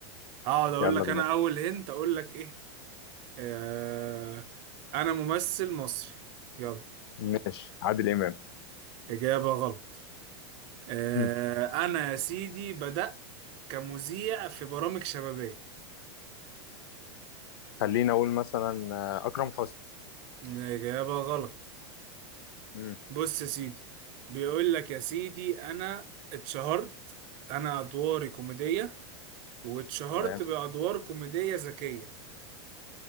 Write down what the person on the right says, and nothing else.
اقعد اقول
لك
انا اول هنت اقول لك ايه آه انا ممثل مصري يلا
اجابة غلط آه
انا يا سيدي بدأت كمذيع في برامج شبابية
الاجابة غلط
بص يا سيدي بيقول لك يا سيدي انا اتشهرت انا ادواري كوميدية واتشهرت
بأدوار كوميدية ذكية